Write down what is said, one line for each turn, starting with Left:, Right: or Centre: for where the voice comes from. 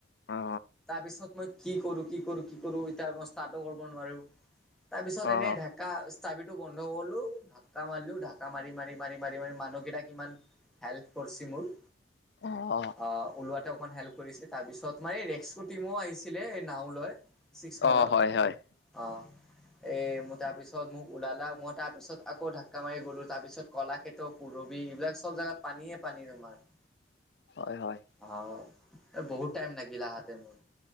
Left: অ
Centre: তাৰপিছত মই কি কৰো, কি কৰো, কি কৰো এতিয়া মই ষ্টাৰ্টো কৰিব নোৱাৰো, তাৰ পিছত
Left: অ
Centre: এনেঢাক কা চাবিটো বন্ধ কৰি'লো, ঢাককা মাৰিলো, ঢাকা মাৰি, মাৰি, মাৰি, মাৰি, মাৰি মানুহকেইটাক ইমান হেল্প কৰিছে মোৰ।
Left: অঁ।
Centre: অ ওলোৱাতে অকমান হেল্প কৰিছে। তাৰপিছত মানে এই ৰেক্ক টিমো আহিছিলে। এই নাও লৈ। ছিক্স
Left: অ
Centre: মালত,
Left: অ হয় হয়
Centre: অঁ' এই ম তাৰপিছত মোক ওলালা মই তাৰপিছত আকৌ ধাক্কা মাৰি গ'লো। তাৰপিছত কলাকেত, পুৰবি এইবিলাক চব জেগাত পানীয়ে পানী তোমাৰ। <inaudible>
Left: হয় হয়।
Centre: অ' বহুত টাইম লাগিল আহাতে মোৰ।